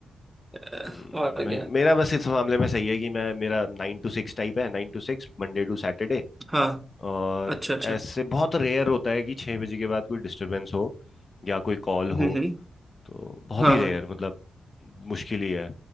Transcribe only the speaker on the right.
<laughs>
और
क्या
हाँ
अच्छा अच्छा
हम्म हम्म
हाँ
हाँ